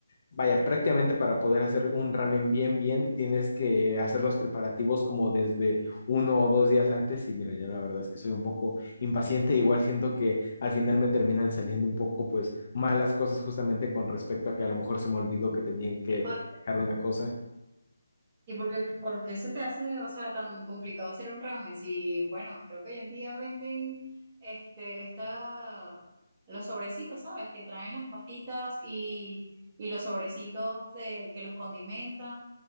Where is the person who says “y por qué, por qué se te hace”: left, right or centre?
Right